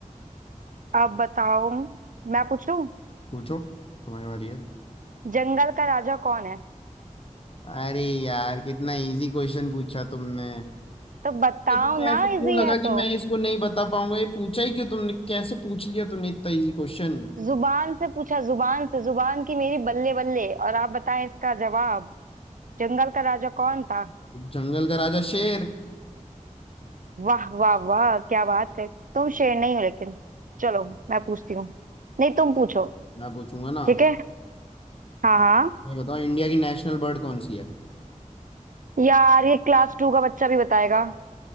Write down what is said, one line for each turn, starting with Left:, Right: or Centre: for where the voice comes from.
Right: अब बताओ मैं पूछूं
Left: पूछो तुम्हारी बारी है
Right: जंगल का राजा कौन है
Left: अरे यार कितना इजी क्वेश्चन पूछा तुमने
Right: तो बताओ
Left: ये तुम्हें
Right: ना
Left: ऐसे क्यों
Right: इजी
Left: लगा
Right: है
Left: कि
Right: तो
Left: मैं इसको नहीं बता पाऊंगा ये पूछा ही क्यों तुमने कैसे पूछ लिया तुमने इतना इजी क्वेश्चन
Right: जुबान से पूछा जुबान से जुबान की मेरी बल्ले बल्ले और आप बताएं इसका जवाब जंगल का राजा कौन था
Left: जंगल का राजा शेर
Right: वाह वाह वाह क्या बात है तुम शेर नहीं हो लेकिन चलो मैं पूछती हूँ नहीं तुम पूछो
Left: मैं पूछूंगा ना
Right: ठीक है हाँ हाँ
Left: ये बताओ इंडिया की नेशनल बर्ड कौन सी है
Right: यार ये क्लास टू का बच्चा भी बताएगा